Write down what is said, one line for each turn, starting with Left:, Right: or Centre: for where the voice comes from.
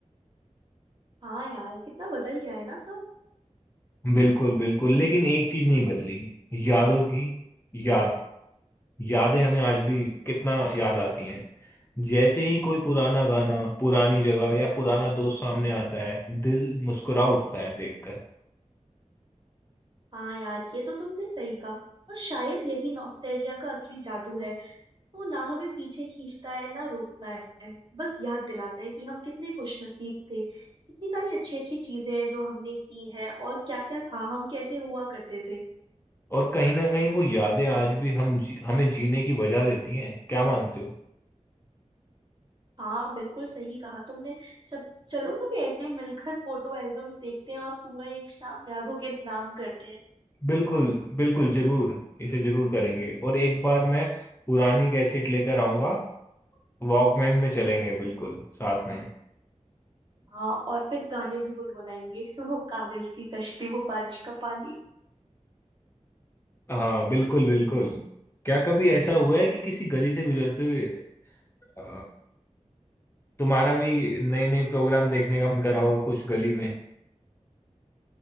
Right: हाँ यार कितना बदल गया है ना सब
Left: बिल्कुल बिल्कुल लेकिन एक चीज नहीं बदली यादों की याद यादें हमें आज भी कितना याद आती हैं जैसे ही कोई पुराना गाना पुरानी जगह या पुराना दोस्त सामने आता है दिल मुस्कुरा उठता है देखकर
Right: हाँ यार ये तो तुमने सही कहा और शायद यही नॉस्टैल्जिया का असली जादू है वो ना हमें पीछे खींचता है ना रोकता है बस याद दिलाता है कि हम कितने खुश नसीब थे इतनी सारी अच्छी अच्छी चीजें हैं जो हमने की है और क्या क्या था हम कैसे हुआ करते थे
Left: और कहीं ना कहीं वो यादें आज भी हम जी, हमें जीने की वजह देती हैं क्या मानते हो
Right: हाँ बिल्कुल सही कहा तुमने जब चलो कभी ऐसे मिलकर फोटो एल्बम्स देखते हैं और पूरा एक शाम यादों के नाम करते हैं
Left: बिल्कुल बिल्कुल जरूर इसे जरूर करेंगे और एक बार मैं पुरानी कैसेट लेकर आऊंगा वॉकमैन में चलेंगे बिल्कुल साथ में
Right: हाँ और फिर गाने भी गुनगुनाएंगे <laughs> वो कागज की कश्ती वो बारिश का पानी
Left: हाँ बिल्कुल बिल्कुल क्या कभी ऐसा हुआ है कि किसी गली से गुजरते हुए अ, तुम्हारा भी नए नए प्रोग्राम देखने का मन करा हो कुछ गली में